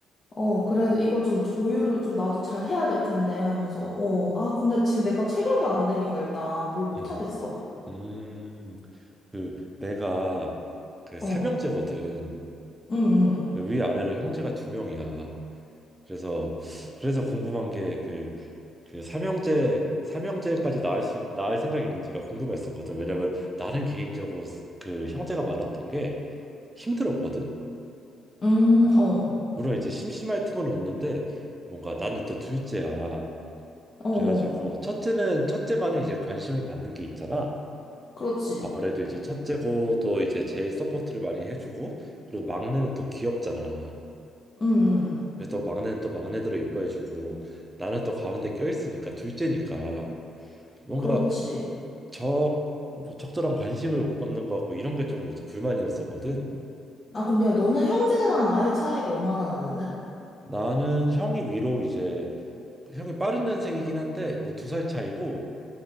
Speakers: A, on the left; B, on the right.
A: 어, 그래서 이거 좀 조율을 좀 나도 잘 해야 될 텐데 하면서, 어, 아, 근데 지금 내가 체력이 안 되니까 일단 뭘 못
B: 음,
A: 하겠어.
B: 음, 그 내가 그
A: 어,
B: 삼형제거든.
A: 응, 응,
B: 그 위아래로 형제가 두 명이야. 그래서 그래서 궁금한 게그 그 삼형제 삼형제까지 낳을 수 낳을 생각이 있는지가 궁금했었거든. 왜냐면 나는 개인적으로 스- 그 형제가 많았던 게 힘들었거든.
A: 응, 어,
B: 물론 이제 심심할 틈은 없는데 뭔가 나는 또 둘째야.
A: 어, 어.
B: 그래가지고 첫째는 첫째만의 이제 관심을 받는 게 있잖아.
A: 그렇지.
B: 아무래도 이제 첫째고 또 이제 제일 서포트를 많이 해주고 그리고 막내는 또 귀엽잖아.
A: 응, 응.
B: 그래서 막내는 또 막내대로 이뻐해주고 나는 또 가운데 껴있으니까 둘째니까 뭔가
A: 그렇지.
B: 적뭐 적절한 관심을 못 받는 것 같고 이런 게 조금 이제 불만이었었거든.
A: 아, 근데 야, 너는 형제랑 나이 차이가 얼마나 나는데?
B: 나는 형이 위로 이제 형이 빠른 년생이긴 한데 뭐 두 살 차이고